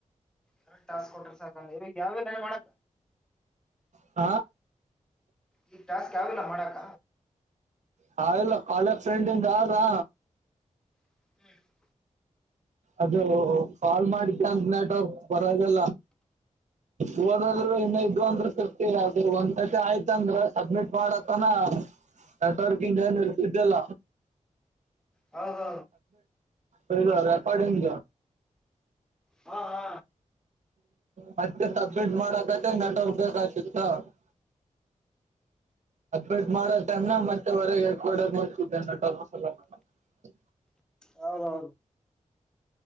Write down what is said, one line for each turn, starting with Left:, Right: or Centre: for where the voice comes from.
Centre: ಎರ ಟಾಸ್ಕ್ ಕೊಟ್ರೆ ಸಾಕಲ್ಲ ಇವಾಗ ಯಾವ್ಯ ಮಾಡಕ
Right: <unintelligible>
Centre: ಈಗ ಟಾಸ್ಕ್ ಯಾವಿಲ್ಲ ಮಾಡಾಕ
Right: ಹಾ ಎಲ್ಲ ಕಾಲೇಜ್ ಫ್ರೆಂಡಿಂದ ಆದಾ
Centre: <unintelligible>
Right: ಅದು ಕಾಲ್ ಮಾಡಿಕ ಅಂತ ನೆಟ್ವರ್ಕ್ ಬರೋದಿಲ್ಲ ಹೋದಾದ್ರು ಇನ್ನ ಇದ್ ಅಂದ್ರ ಸರ್ತಿ ಅ ಒಂದ್ ಕತೆ ಆಯ್ತ ಅಂದ್ರ ಸಬ್ಮಿಟ್ ಮಾಡತನ ಹಾ ನೆಟ್ವರ್ಕ್ ಇರ್ ಇದೆಲ್ಲ
Centre: ಹಾ ಹಾ
Right: ರೆಕಾರ್ಡಿಂಗ್
Centre: ಹಾ ಹಾ
Right: ಮತ್ತೆ ಸಬ್ಮಿಟ್ ಮಾಡಕಕ್ಕೆ ನೆಟ್ವರ್ಕ್ ಬೇಕ ಆತಿತ್ತು <unintelligible> ಮಾಡನ್ನ ಮತ್ತೆ ಹೊರಗೆ <unintelligible>
Centre: ಹೌ ಹೌ